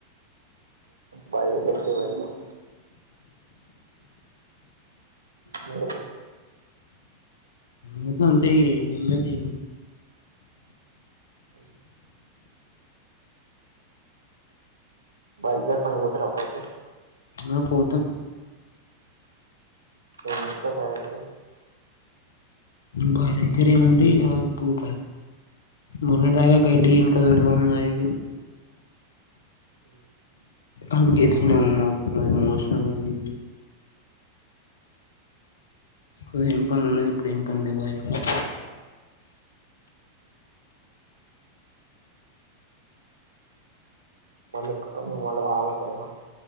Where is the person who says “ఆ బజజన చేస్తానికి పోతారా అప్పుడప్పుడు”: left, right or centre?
Right